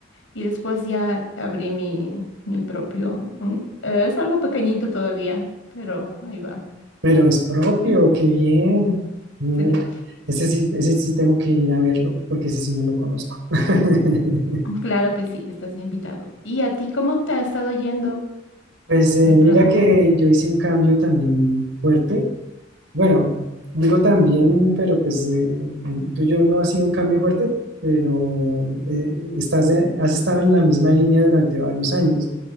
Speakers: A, on the left; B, on the right.
A: Y después ya abrí mi, mi propio. mm, eh, es algo pequeñito todavía, pero ahí va.
B: Pero es propio, qué bien. No,
A: <laughs> Sí.
B: ese sí, ese sí tengo que ir a verlo, porque ese sí no lo conozco. <laughs>
A: Claro que sí, estás invitado. ¿Y a ti cómo te ha estado yendo
B: Pues eh,
A: en el
B: mira
A: trabajo?
B: que yo hice un cambio también fuerte. Bueno, digo también, pero pues eh, el tuyo no ha sido un cambio fuerte, pero eh, estás, eh, has estado en la misma línea durante varios años.